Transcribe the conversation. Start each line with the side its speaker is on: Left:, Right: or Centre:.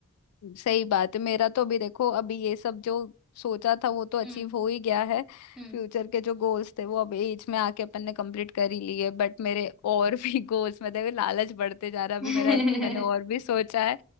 Left: सही बात है मेरा तो अभी देखो अभी ये सब जो सोचा था वो तो अचीव
Centre: हम्म
Left: हो ही गया है
Centre: हम्म
Left: फ्यूचर के जो गोल्स थे वो अब एज में आके अपन ने कंप्लीट कर ही लिए बट मेरे और भी <laughs> गोल्स मतलब ये लालच बढ़ते जा रहा है
Centre: <laughs>
Left: अभी मेरा मैंने और
Centre: हम्म
Left: भी सोचा है